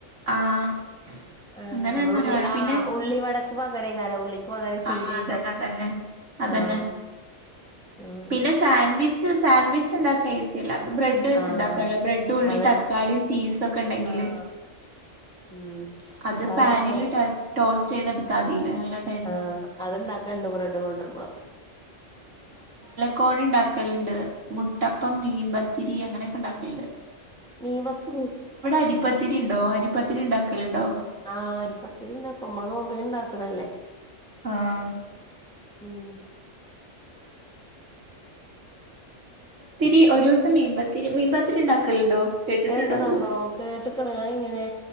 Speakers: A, on the right; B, in the centre.
A: ആഹ്
B: ആ
A: അങ്ങനെ
B: നമ്മള്
A: എങ്ങനെയോ
B: ഉള്ളി
A: ആണ്
B: ആഹ്
A: പിന്നെ
B: ഉള്ളിവട <unintelligible> ഉള്ളി പകരം ചീരേക്കും
A: ആഹ് അതന്നെ അതന്നെ അതന്നെ
B: ആഹ് ആഹ്
A: പിന്നെ സാൻവിച്ച് സാൻവി ച്ച് ണ്ടാക്കാൻ ഈസിയല്ലേ ത് ബ്രെഡ് വെച്ചുണ്ടാക്കല്ലേ
B: ആഹ്
A: ബ്രെഡ് ഉള്ളി
B: അതെ
A: തക്കാളിയും ചീസൊക്കെ ഉണ്ടെങ്കില്
B: ആഹ് ഉം
A: അത്
B: അത്ണ്ടാക്ക
A: പാനില് ട്ടൊ ചെയ്തെടുത്താതിലേ <unintelligible>
B: ആഹ് അത്ണ്ടാക്കലുണ്ട് ബ്രെഡ്‌ കൊണ്ടരുമ്പോളൊക്ക
A: കോൺ ഉണ്ടാക്കലുണ്ട് മുട്ടപ്പം മീൻപത്തിരി അങ്ങനെയൊക്കെ ഉണ്ടാക്കലുണ്ട്
B: മീൻപത്ത്
A: അരിപ്പത്തിരി ഇണ്ടോ അരിപ്പത്തിരി ഇണ്ടാക്കലുണ്ടോ
B: ആ അരി പത്തിരി ഇണ്ടാക്കും നമ്മള് നോമ്പിതിന് ഇണ്ടാക്കണതല്ലേ
A: ആഹ്
B: ഉം
A: ഈ ഒരു ദിവസം മീൻ പത്തിരി മീൻ പ്പത്തിരി ഇണ്ടാക്കലുണ്ടോ കേട്ടിട്ടുണ്ടോ
B: അയെന്താ സംബവം
A: അത്
B: കേട്ട ട്ട് ക്കണ് അയെങ്ങനെ